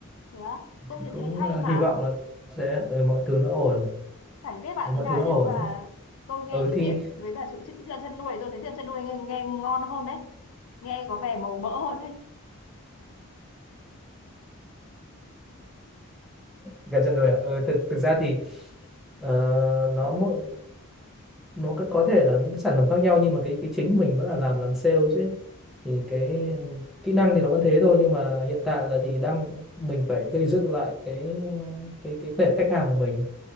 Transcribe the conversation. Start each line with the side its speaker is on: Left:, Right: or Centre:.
Left: thế á tôi
Centre: thì
Left: thì
Centre: cũng
Left: thấy hay
Centre: ờ,
Left: mà
Centre: hy vọng là sẽ ờ, mọi thứ nó ổn
Left: chẳng biết bạn
Centre: Nếu
Left: thế
Centre: mọi
Left: nào
Centre: thứ nó
Left: nhưng
Centre: ổn
Left: mà tôi nghe
Centre: ừ
Left: chữ
Centre: thì
Left: điện với cả chữ chữ thức chân nuôi tôi thấy thức chân nuôi nghe, nghe ngon hơn đấy nghe có vẻ màu mỡ hơn đấy
Centre: gần chân rồi ạ. ừ, thực thực ra thì ờ, nó mỗi nó có có thể là những sản phẩm khác nhau nhưng mà cái cái chính của mình vẫn là làm làm sales ấy thì cái ừm, kỹ năng thì nó vẫn thế thôi nhưng mà hiện tại là thì đang mình phải gây dựng lại cái ờ, cái cái tệp khách hàng của mình